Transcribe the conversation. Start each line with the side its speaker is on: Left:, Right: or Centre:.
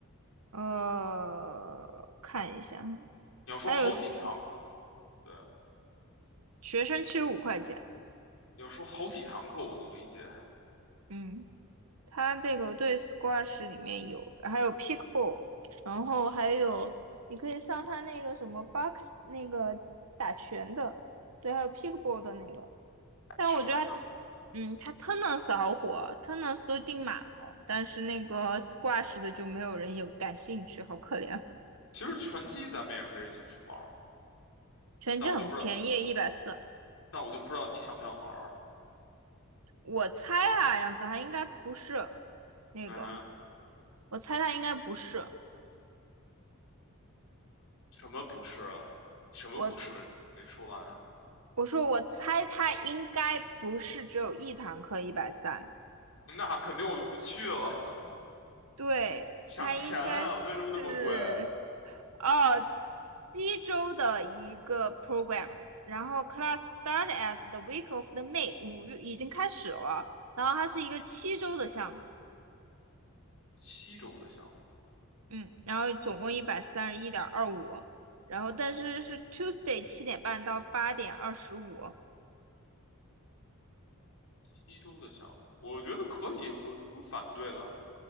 Right: 呃，看一下，
Left: 你要说好几堂，
Right: 还有 s-
Left: 对，
Right: 学生七十五块钱，
Left: 你要说好几堂课，我能理解
Right: 嗯，它这个对 squash 里面有，还有 pickleball，然后还有你可以上它那个什么 box 那个打拳的，对，还有 pickleball 的那个，但我觉得它，
Left: 全的。
Right: 嗯，它 Tennis 好火，Tennis 都订满了，但是那个 Squash 的就没有人有感兴趣，好可怜。
Left: 其实拳击咱们也可以一起去玩儿
Right: 拳击很便宜，
Left: 但我就不知道，
Right: 一百四。
Left: 但我就不知道你想不想玩儿
Right: 我猜啊，样子涵应该不是那个，
Left: 嗯，
Right: 我猜他应该不是。
Left: 什么不是啊？什么不是？
Right: 我猜
Left: 没说完啊。
Right: 我说我猜他应该不是只有一堂课一百三，
Left: <laughs> 那肯定我就不去了，<laughs>
Right: 对，
Left: 抢钱啊！
Right: 他应该是
Left: 为什么那么贵？
Right: 哦，西周的一个 programmer，然后 class start as the week of the May，五月已经开始了，然后它是一个七周的项目，
Left: 七周的项目，
Right: 嗯，然后总共一百三十一点二五，然后但是是 Tuesday 七点半到八点二十五，
Left: 七周的项目，我觉得可以，我不反对的。